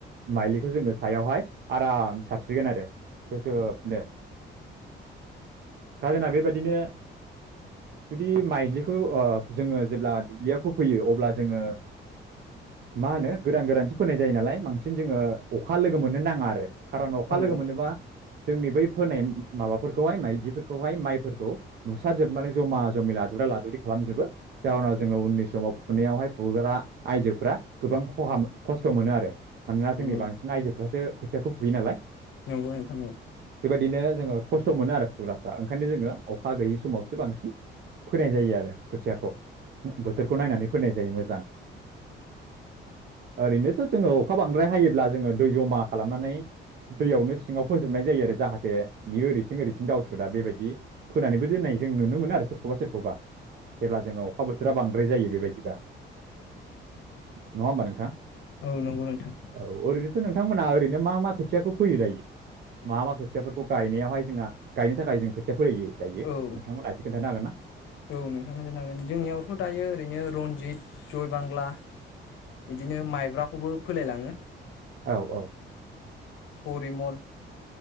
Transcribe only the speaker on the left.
औ
औ नंगौ
नोंथां औ
औ
नंगौ नोंथां
औ नंगौ नोंथां
औ
औ नोंथां होनो जोंनियावथ दायो ओरैनो रनजित जय बांला बिदिनो माइब्राखौबो फोलायलाङो
फरिमल